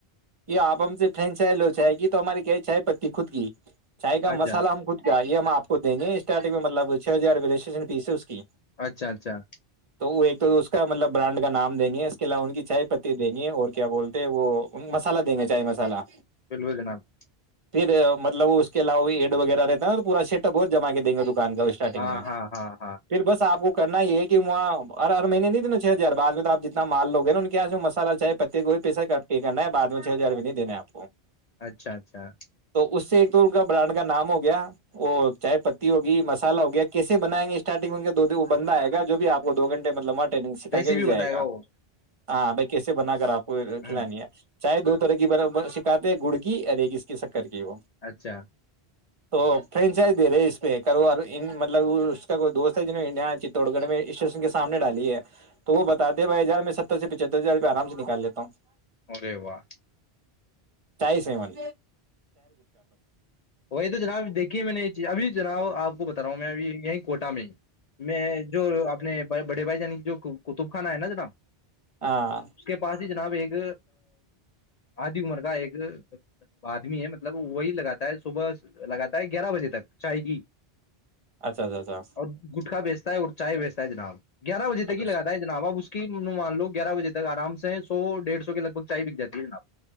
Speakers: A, on the right; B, on the left.
A: یہ آپ ہم سے فرین چائے لو چائے کی تو ہماری کیا چائے پتی خود کی چائے کا مسالا
B: اچھا
A: ہم خود گیا یہ ہم آپ کو دیں گے اسٹارٹنگ میں مطلب چھ ہزار رٹریشن فیس ہے اس کی
B: اچھا اچھا
A: تو وہ ایک تو کا مطلب برانڈ کا نام دیں گے اس کے علاوہ ان کی چائے پتی دیں گے اور کیا بولتے ہیں وہ مسالا دیں گے چائے مسالا
B: بالکل جناب <inaudible>
A: پھر مطلب وہ اس کے علاو بھی ایڈ وغیرہ رہتا نا تو پورایٹ اپ بہت جمع کے دیں گے تو <inaudible> کان کا اسٹارٹنگ
B: ہاں
A: میں
B: ہاں ہاں ہاں
A: پھر بس آپ کو <inaudible> کرنا یہ کہ وہاں ہر مہینے نہیں دینا چھ ہزار بعد میں تو آپ جتنا مال لو ہیں نا ان مسالا چاہے پتے کو بھی پیسہ کرنا ہے <inaudible> بد میں چھ ہزار نہیں دینے آپ <inaudible>
B: اچھا اچھا <inaudible>
A: تو اس سے ایک تو ان کا برانڈ کا نام ہو گیا وہ چائے پتی ہوگی مسالہ ہو گیا کیسے بنائیں گے اسٹارٹنگ میں کے دو وہ بندہ آئے گ جو بھی آپ کو دو گھنٹے مطلب مٹ <inaudible> ٹگ سکھ
B: ریسیپی
A: کے بھی جائے
B: بتائے
A: گا <inaudible>
B: وہ
A: ہاں بھائی کیسے بنا کر آپ <inaudible> کوئی
B: ہ
A: کھلانی ہے <inaudible> چاہے دو طرح کی شکات ہے گڑ کی اور ایک اس کیک <inaudible> کر کے وہ
B: اچھا
A: <inaudible> تو فرینچائز دے رہے اس پہ کر اور ان مطلب اس کا کوئی دوست ہے جنہوں چتوڑ گڑ میں اسٹیشن کے سامنے ڈالی ہے تو وہ بتا دے بھائی ار میں ستر سے پچہتر ہزار روپ آرام سے نکال لیتا ہوں <inaudible>
B: ارے وا
A: چائی سیمن
B: وہی تو جناب دیکھیے میں نے یہ چیز ابھی جناؤ آپ بتا رہا ہوں میں ابھی یہیں کوٹہ میں میں جو اپنے بڑے بھائی جنی جو قطب خان ہے نا جناب
A: ہاں
B: اس کے پاس ہی جناب ایک آدھی عمر کا ایک آدمی ہے مب مطلب وہی لگاتا ہے صبح لگاتا ہے گیارہ بجے تک چائے
A: اچھا اچھا اچھا
B: اور گٹخا بیچتے اور چائے بھیچتا ہے جناب گیارہ بجے
A: اچھا
B: ہی لگا ہے جناب آپ اس مان لو گیارہ بجے تک آرام سے سو ڈیھ سو کے لگ بگ چائے بک جاتی ہے جناب